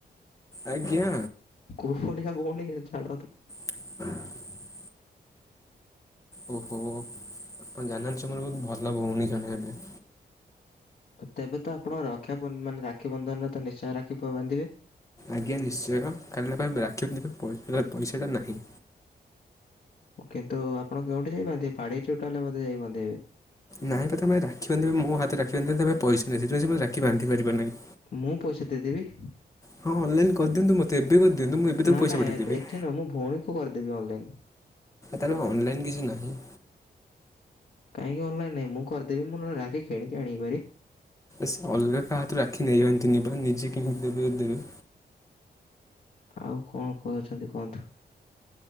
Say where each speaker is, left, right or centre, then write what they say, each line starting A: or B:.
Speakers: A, on the left; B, on the left.
A: ଆଜ୍ଞା।
B: କୋଉ ଭଳିଆ ଭଉଣୀ ଛାଡନ୍ତୁ
A: <inaudible> ଓ ହୋ ଆପଣ ଜାଣିନାହାଁନ୍ତି ସେ ମୋର ବହୁତ ଭଲ ଭଉଣୀ ଜଣେ ହେବେ।
B: ତେବେ ତ ଆପଣ ରକ୍ଷା ମାନେ ରାକ୍ଷୀବନ୍ଧନରେ ତ ନିଶ୍ଚୟ ରାକ୍ଷୀ ବାନ୍ଧିବେ।
A: ଆଜ୍ଞା ନିଶ୍ଚୟ ଖାଲି ପାଇଁ ରାକ୍ଷୀ ବାନ୍ଧିବ ପଇସାଟା ନାହିଁ।
B: କିନ୍ତୁ ଆପଣ କେଉଁଠି ଯାଇ ବାନ୍ଧିବେ ପାଡି ଚୋଟାଲେ ଯାଇ ବନ୍ଧେଇବେ
A: ନାଇଁ ବା ତମେ ରାକ୍ଷୀ ବାନ୍ଧିବ ମୋ ହାତରେ ରାକ୍ଷୀ ବାନ୍ଧି ତା ପାଖେ ପଇସା ନାହିଁ ସେଥିପାଇଁ ସେ ମତେ ରାକ୍ଷୀ ବାନ୍ଧିପାରିବ ନାହିଁ।
B: ମୁଁ ପଇସା ଦେଇଦେବି।
A: ହଉ ଅନଲାଇନ କରିଦିଅନ୍ତୁ ମତେ ଏବେ କରିଦିଅନ୍ତୁ ମୁଁ ଏବେ ତାକୁ
B: ନା
A: ପଇସା ପଠେଇଦେବି।
B: ନା ମୋ ଭଉଣୀ କୁ କରିଦେବି ଅନଲାଇନ।
A: ତାର ଅନଲାଇନ କିଛି ନାହିଁ।
B: କାଇଁକି ଅନଲାଇନ ନାହିଁ ମୁଁ କରିଦେବି ମୁଁ ନହେଲେ ରାକ୍ଷୀ କିଣିକି ଆଣିବି ଭାରି।
A: ସେ ଅଲଗା କାହା ହାତରୁ ରାକ୍ଷୀ ନିଅନ୍ତିନି ପରା ନିଜେ କିଣିକି ଦେବେ ଯଦି ଦେବେ।
B: ଆଉ କଣ କହୁଛନ୍ତି କୁହନ୍ତୁ?